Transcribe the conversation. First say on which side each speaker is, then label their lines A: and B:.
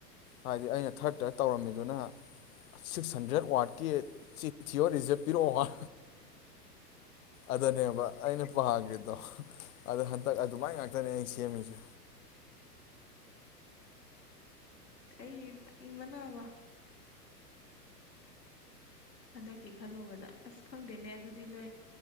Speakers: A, on the left; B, on the left.
A: ꯍꯥꯏꯗꯤ ꯑꯩꯅ ꯊꯔꯠꯇ ꯇꯧꯔꯝꯃꯤꯗꯨꯅ ꯁꯤꯛꯁ ꯍꯟꯗ꯭ꯔꯦꯠ ꯋꯥꯔꯗꯀꯤ ꯊꯤꯌꯣ ꯔꯤꯖꯦ ꯄꯤꯔꯛꯑꯣ ꯑꯗꯨꯅꯦꯕ ꯑꯩꯅ ꯄꯥꯒꯒꯤꯗꯣ ꯑꯗꯣ ꯍꯟꯗꯛ ꯑꯗꯨꯃꯥꯏ ꯉꯥꯛꯇꯅꯦ ꯑꯩ ꯁꯦꯝꯃꯤꯁꯦ꯫
B: ꯑꯩ ꯇꯟꯕꯅꯕ ꯍꯟꯗꯛꯀꯤ ꯈꯜꯂꯨꯕꯗ ꯑꯁ ꯈꯪꯗꯦꯅꯦ ꯑꯗꯨꯗꯤ ꯅꯣꯏ